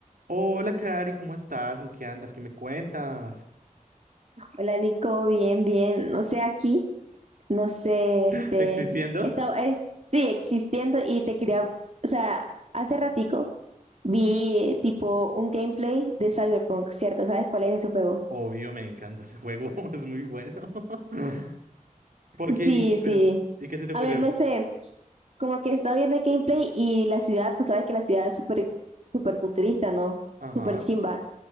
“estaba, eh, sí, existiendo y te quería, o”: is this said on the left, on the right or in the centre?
Right